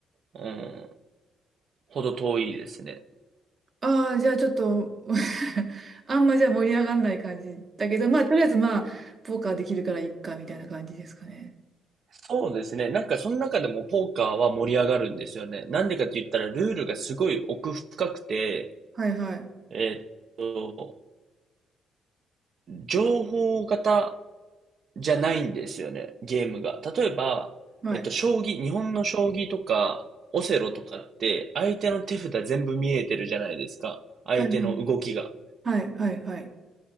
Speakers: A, on the right (about 55°); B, on the right (about 40°).
A: うん、ほど遠いですね。
B: ああ、じゃあちょっと <laughs> あんまじゃあ盛り上がんない感じだけど、まあ、とりあえずまあ、ポーカーできるからいっか、みたいな感じですかね。
A: そうですね。なんかその中でもポーカーは盛り上がるんですよね。なんでかって言ったらルールがすごい奥深くて、
B: はいはい。
A: えーっと、情報型じゃないんですよね、ゲームが。例えば、
B: はい。
A: えっと、将棋、日本の将棋とか、オセロとかって、相手の手札全部見えてるじゃないですか。相手の動きが。
B: はいはい、はい、はい。